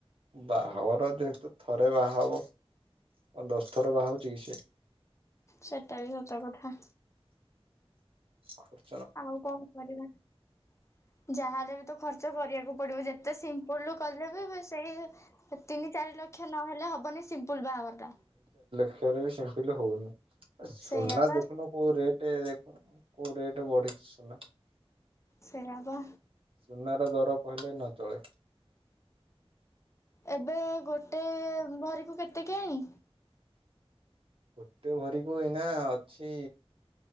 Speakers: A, on the right; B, on the left.
A: ବାହାଘର ଯେହେତୁ ଥରେ ବାହା ହବ କଣ ଦଶ ଥର ବାହା ହଉଛି କି ସେ।
B: ସେଇଟା ବି ସତ କଥା।
A: ଖୁର୍
B: ଆଉ କଣ କରିବା ଯାହାଲେ ବି ତ ଖର୍ଚ୍ଚ କରିବାକୁ ପଡିବ ଯେତେ ସିମ୍ପଲ କଲେ ବି ସେଇ ତିନି ଚାରି ଲକ୍ଷ ନହେଲେ ହବନି। ସିମ୍ପୁଲ ବାହାଘର ଟା।
A: ଖେର ବି ସେମପିଲ ରେ ହଉନି। ଏ ସୁନା
B: ସେଇଆ ବା
A: ଦେଖୁନ କୋଉ ରେଟେ ଦେ କୋଉ ରେଟ୍ ବଢିଛି ସୁନା?
B: ସେଇଆ ବା
A: ସୁନା ର ଦର କହିଲେ ନ ତଳେ
B: ଏବେ ଗୋଟେ ଭରିକୁ କେତେ କିଆଣି?
A: ଗୋଟେ ଭରିକୁ ଏଇନା ଅଛି